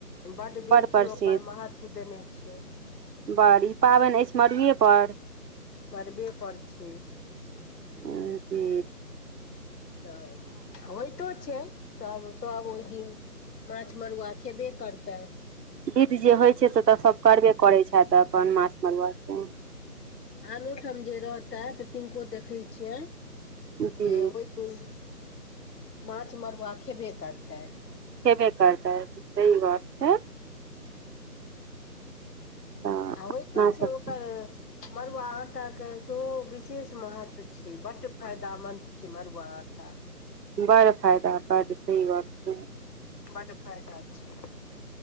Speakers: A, on the left (about 80°); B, on the right (about 85°).
A: बड्ड बेसी
B: प्रसिद्ध
A: ओकर महत्व देने छै।
B: बड़ ई पाबनि अछि मड़ुएपर्।
A: मरबे पर छी।
B: हाॅ दी।
A: तअब होइत। तो छै, सब- सब ओहि दिन माछ मरुआ खेबे करतैय
B: विध जे होइत छै से तऽ सभ करबे करैत छथि अप्पन माछ मरुआ के।
A: आनोठाम जे रहतैथ तिनको देखैय छियनि
B: जी
A: जे ओहि उफ़, माछ मरूआ खेबे करतैय।
B: खेबे करतै, सही बात छै। तऽ अपना
A: आ होइ तो छै ओ
B: <inaudible>
A: मरूआ आटाके सेहो विशेष महत्व छै, बड फायदामन्द छै मड़ुआ आटा।
B: बड़ फायदा, बड से ई गप्प।
A: बड फायदा छै।